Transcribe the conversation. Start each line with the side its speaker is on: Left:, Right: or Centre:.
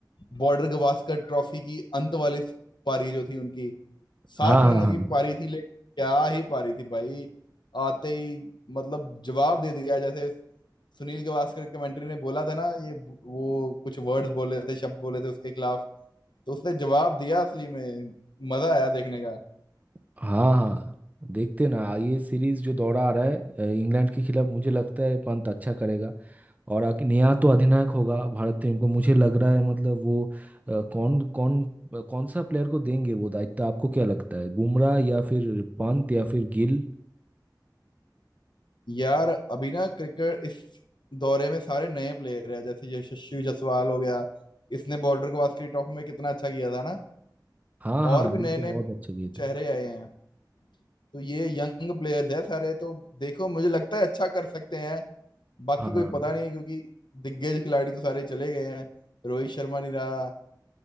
Left: बॉर्डर गावस्कर ट्रॉफी की अंत वाली पारी जो थी उनकी साठ
Right: हाँ
Left: रनों
Right: हाँ
Left: की पारी थी लेकिन क्या ही पारी थी भाई आते ही मतलब जवाब दे दिया जैसे सुनील गावस्कर कमेंट्री ने बोला था ना ये वो कुछ वर्ड्स बोले थे शब्द बोले थे उसके खिलाफ तो उसने जवाब दिया असली में मजा आया देखने का
Right: हाँ हाँ हाँ देखते ना ये सीरीज जो दौरा आ रहा है अ, इंग्लैंड के खिलाफ मुझे लगता है पंत अच्छा करेगा और आखिर नया तो अधिनायक होगा भारत टीम को मुझे लग रहा है मतलब वो अ, कौन कौन अ, कौन सा प्लेयर को देंगे वो दायित्व आपको क्या लगता है बुमराह या फिर पंत या फिर गिल
Left: यार अभी ना क्रिकेट इस दौरे में सारे नए प्लेयर हैं जैसे यशस्वी जायसवाल हो गया इसने बॉर्डर गवास्कर ट्रॉफी में कितना अच्छा किया था ना
Right: हाँ हाँ
Left: और भी
Right: ये
Left: नए
Right: तो
Left: नए
Right: बहुत अच्छे गेंद
Left: चेहरे
Right: है
Left: आए हैं तो ये यंग प्लेयर्स हैं सारे तो देखो मुझे लगता है अच्छा कर सकते हैं बाकी
Right: हाँ
Left: कोई पता नहीं है क्योंकि दिग्गज खिलाड़ी तो सारे चले गए हैं रोहित शर्मा नहीं रहा